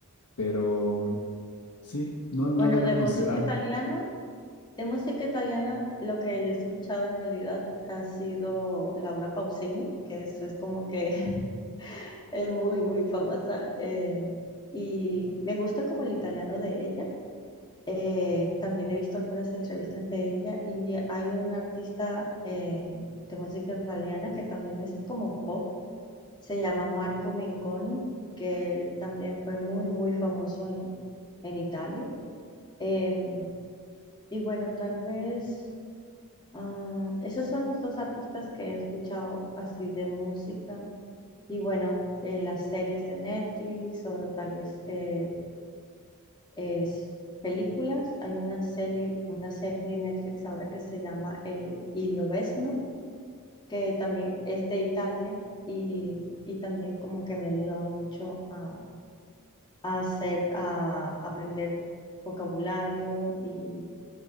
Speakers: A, on the left (about 80°); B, on the left (about 20°).
A: Pero sí, no, no
B: Bueno,
A: lo había
B: de
A: considerado.
B: música italiana, de música italiana, lo que yo he escuchado en realidad ha sido Laura Pausini, que eso es como que <laughs> es muy, muy famosa. eh, y me gusta como el italiano de ella. Eh, también he visto algunas entrevistas de ella y hay un artista eh, de música italiana que también es como pop, se llama Marco Mengoni, que él también fue muy, muy famoso en, en Italia. Em, y bueno, tal vez ah, esos son los dos artistas que he escuchado así de música. Y bueno, eh, las series de Netflix o tal vez eh, es películas. Hay una serie, una serie en Netflix ahora que se llama eh, Il Lobesno, que también es de Italia y, y también como que me ha ayudado mucho a, a hacer, a aprender vocabulario y,